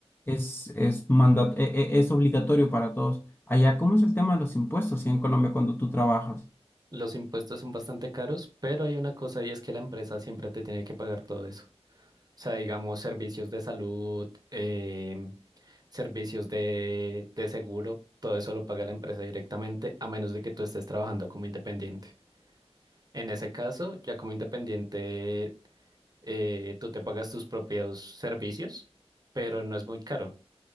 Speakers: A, on the left; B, on the right.
A: es, es, mandat- e- e- es obligatorio para todos. Allá, ¿cómo es el tema de los impuestos, sí, en Colombia cuando tú trabajas?
B: Los impuestos son bastante caros, pero hay una cosa y es que la empresa siempre te tiene que pagar todo eso. O sea, digamos, servicios de salud, em, servicios de, de seguro, todo eso lo paga la empresa directamente, a menos de que tú estés trabajando como independiente. En ese caso, ya como independiente, eh, tú te pagas tus propios servicios, pero no es muy caro.